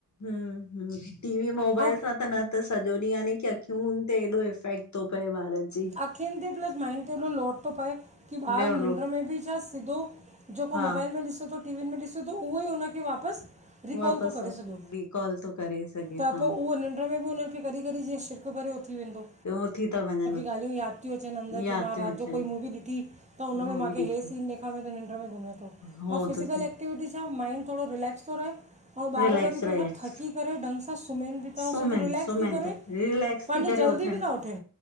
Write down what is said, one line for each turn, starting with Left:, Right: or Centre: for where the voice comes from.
Left: हूं टीवी मोबाइल
Right: ऐं
Left: सां न त सॼो ॾींह की अख़ियूंनि ते एॾो इफेक्ट थो पए ॿारनि खे।
Right: अखियुनि ते प्लस माइंड ते एॾो लोट थो पए की ॿार
Left: ले
Right: निंड
Left: लो
Right: में बि छा सिधो जेको
Left: हा
Right: मोबाइल में ॾिसे थो टीवीन में ॾिसे थो उहो ई उन खे वापस रिकॉल
Left: वापसि
Right: थो करे छॾियो
Left: रिकॉल थो करे सघे
Right: त
Left: हा
Right: पोइ उहो निंड में भी उनन मूंखे कॾहिं- कॾहिं जीअं शिरक भरिय ऊ थी वेंदो।
Left: ॿियो उथी था वञनि।
Right: ॻाल्यूं याद थी अचनि अन्दर
Left: यादि
Right: मां
Left: थियूं
Right: रात
Left: अचनि
Right: जो कोई मूवी मूवी ॾिठी तो उनमें
Left: मूवी
Right: मांखे
Left: ॾिठी
Right: हे सीन ॾेखामे थो नींॾ में घुमेतो
Left: हो
Right: ए फिजीकल
Left: थो थिए
Right: एक्टिविटी सां माइंड थोरो रिलेक्स थो रहे, हउं
Left: रिलैक्स
Right: ॿारु वरी पो
Left: रिलैक्स
Right: शा थक करें ढंग सां त सुम्हेन भी था अउं
Left: सुम्हनि
Right: सुबु रिलेक्स
Left: सुम्हनि
Right: थी करे,
Left: त रिलैक्स
Right: पांजो
Left: थी करे
Right: जल्दी
Left: उथनि
Right: भी था उठे।